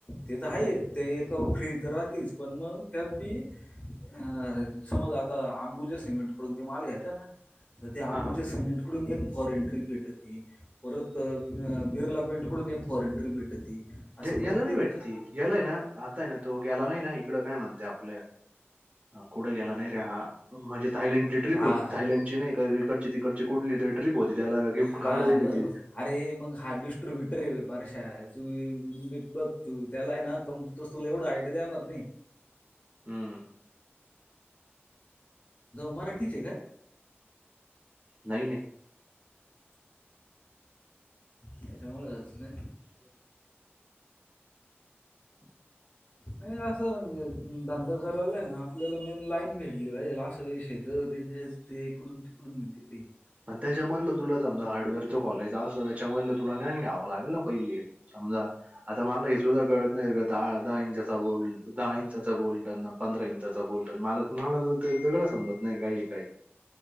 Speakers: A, on the left; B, on the right.
A: ते तर आहे
B: हम्म
A: ते क फ्री त राहतीच पण मग त्यात बी अ समज आता अंबुजा सिमेंट कडून ते माल घ्यायचा ना तर ते अंबुजा
B: हा हा
A: सिमेंट कडून एक फॉरेन ट्रीप भेटती परत बिर्ला पेंटकडून एक फॉरेन ट्रीप भेटती असं प्रत्येक
B: याला बी भेटती
A: याच्या
B: यालाय ना आता हाय ना तो गेला नाही ना इकडं काय म्हणतोय आपलं कुठे गेला नाही रे हा म्हणजे थायलंडची ट्रीप
A: हां.
B: हो थयलंडची नाही का इकडची तिकडची कुठली तर ट्रिप होती त्याला गिफ्ट
A: हां,
B: कार्ड दिलीती
A: बरोबर. अरे मग हा डिस्ट्र्रीब्युटर आहे पारशा तूी बघ तू त्याला ना कं तस तुला एवढ आयडिया देणार नाही.
B: हम्म,
A: मराठीच आहे काय?
B: नाही, नाही.
A: त्याच्यामुळे नाही.
B: हम्. <unintelligible>
A: नाही असं म्हणजे धंदा करायला आहे ना आपल्याला मेन लाईन भेटली पाहिजे असं विषय तर ते इकडून तिकडून दिली.
B: पण त्याच्यामधलं तुला समजा हार्डवेअरच कॉलेज असलं त्याच्यामधलं तुला ज्ञान घ्यावं लागेल ना पहिले समजा आता मला हे सुद्धा कळत नाही. दहा, दहा इंचा बोलट दहा इंचा बोलट ना पंधरा इंचा बोलट मला मला तर दगळं समजात नाही काई काही